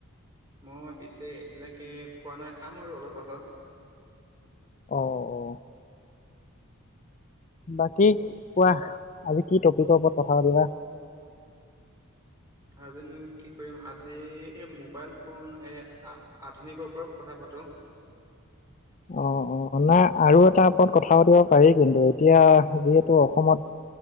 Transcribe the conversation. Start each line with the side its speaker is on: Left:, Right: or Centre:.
Right: মই পিছে এতিয়ালৈকে খোৱা নাই খাম আৰু অলপ পাছত।
Left: অ, অ, বাকী কোৱা আজি কি টপিকৰ ওপৰত কথা পাতিবা।
Right: আৰুজন কি কৰিম আজি এই মোবাইল ফোন এ আধুনিকৰ পৰাও কথা পাতো।
Left: অ, অ, নাই আৰু এটা ওপৰত কথা পাতিব পাৰি কিন্তু এতিয়া যিহেতু অসমত।